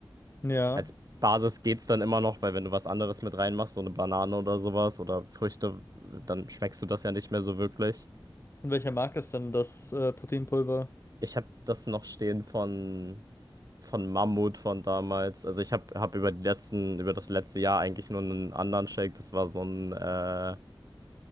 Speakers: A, on the left (about 30°); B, on the right (about 45°).
A: Ja.
B: Als Basis geht's dann immer noch, weil wenn du was anderes mit reinmachst, so eine Banane oder sowas oder Früchte, dann schmeckst du das ja nicht mehr so wirklich.
A: Von welcher Marke ist denn das äh, Proteinpulver?
B: Ich habe das noch stehen von, von Mammut von damals. Also ich habe hab hab über die letzten, über das letzte Jahr eigentlich nur einen anderen Shake. Das war so ein, äh,